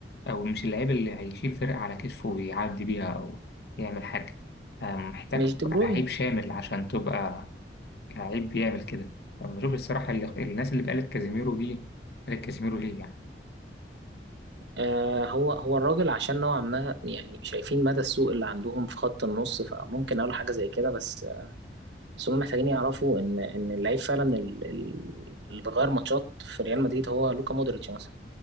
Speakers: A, on the left; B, on the right.
A: أو مش اللعيب اللي هيشيل فرقة على كتفه ويعدي بيها أو يعمل حاجة آه، محتاج
B: مش
A: تبقى
B: دي بروين
A: لعيب شامل عشان تبقى لعيب بيعمل كده بشوف الصراحة اللي الناس اللي بقالت كازيميرو دي قالت كازيميرو ليه يعني
B: آه هو هو الراجل عشان نوعا ما يعني شايفين مدى السوء اللي عندهم في خط النص فممكن أقول حاجة زي كده بس بس هم محتاجين يعرفوا إن إن اللعيب فعلا ال- ال- اللي بيغير ماتشات في ريال مدريد هو لوكا مودريتش مثلا